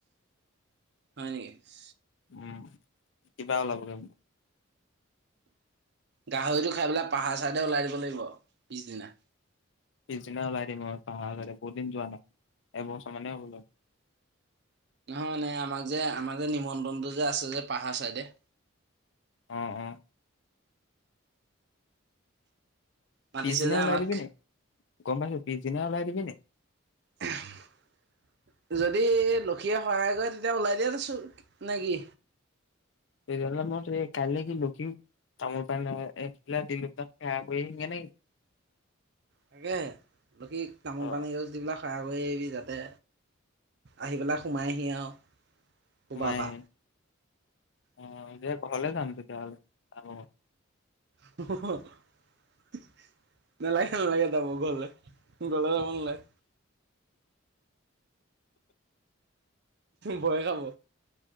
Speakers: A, on the right (about 55°); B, on the left (about 60°).
A: হয় নেকি।
B: উম কিবা ওলাব ৰ।
A: গাহৰিটো খাই পেলাই পাহাৰ চাইডে ওলাই যাব লাগিব পিছদিনা।
B: পিছদিনা ওলাই দিম পাহাৰ ফালে বহুত দিন যোৱা নাই এবছৰ মানে হ'ব হল।
A: নহয় নে আমাক যে আমাৰ যে নিমন্ত্ৰণটো যে আছে যে পাহাৰ চাইডে।
B: অ অ।
A: মাতিছে
B: পিছদিনা
A: যে
B: ওলাই
A: আমাক
B: দিবি নে গম পাইছো পিছদিনা ওলাই দিবি নে।
A: । <unintelligible> যদি লক্ষীয়ে সহায় কৰে তেতিয়া ওলাই দিয়াত আছোঁ নে কি।
B: এক্সজামত ন কাইলৈ কি লিখিম। তামোল পানএইখিলা দিলো তাত সেৱা কৰি আহিম নিকি।
A: তাকে, বাকী তামোল
B: অ
A: -পান এগছ দি সেৱা কৰিম নিকি। ঘৰ এৰি যাতে, আহি পেলাই সোমাইহি আৰু। ক'বাৰ
B: সোমাই।
A: পৰা
B: অ'! সেইটোৱে ঘৰলে যাম তেতিয়াহ'লে।
A: <unintelligible> নালাগে, নালাগে, যাব ঘৰলে। ঘৰলে যাব নালাগে। ভয়ে খাব।